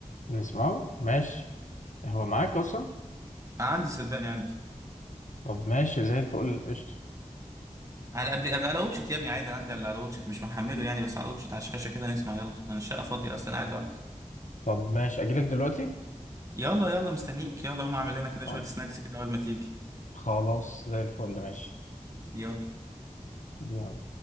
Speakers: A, on the left; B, on the right.
A: نسمعه ماشي هو معاك اصلا
B: عندي صدقني عندي
A: طب ماشي زي الفل قشطه
B: على قبل قبل على واتشت يا ابني عادي أنا عندي على على واتشت مش محمله يعني بس على واتشت على الشاشه كده نسمع يلا انا الشقه فاضيه اصلا قاعد لوحدي
A: طب ماشي اجيلك دلوقتي
B: يلا يلا مستنيك يلا قوم اعمل لنا كده
A: خلاص
B: شويه سناكس كده اول ما تيجي
A: خلاص زي الفل ماشي
B: يلا
A: يلا